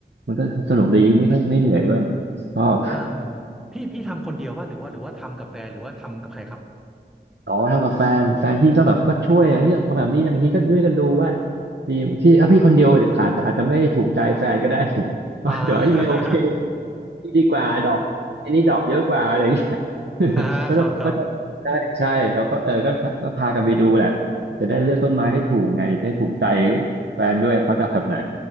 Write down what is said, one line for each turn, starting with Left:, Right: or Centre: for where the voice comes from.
Right: มันก็สนุกดีไม่ค่อยไม่เหนื่อยด้วยชอบ
Centre: อ่าพี่พี่ทำคนเดียวป่ะหรือว่าหรือว่าทำกับแฟนหรือว่าทำกับใครครับ
Right: <laughs> ต่อเท่ากับแฟนแฟนพี่ก็แบบก็ช่วยอะเฮ้ยเอาแบบนี้นะบางทีก็ด้วยกันดูว่าดีพี่ถ้าพี่คนเดียวอาจจะอาจจะไม่ถูกใจแฟนก็ได้ <laughs>
Centre: อ่า
Right: ว่าเดี๋ยวเอ้ยไม่โอเค ดีกว่าดอกอันนี้ดอกเยอะกว่าอะไรอย่างเงี้ย
Centre: <laughs>
Right: <laughs>
Centre: อ่าครับครับ
Right: ก็จะก็จะใช่ใช่แล้วก็เออก็ก็พากันไปดูแหละจะได้เลือกต้นไม้ได้ถูกไงได้ถูกใจแฟนด้วยเขาจะแบบไหน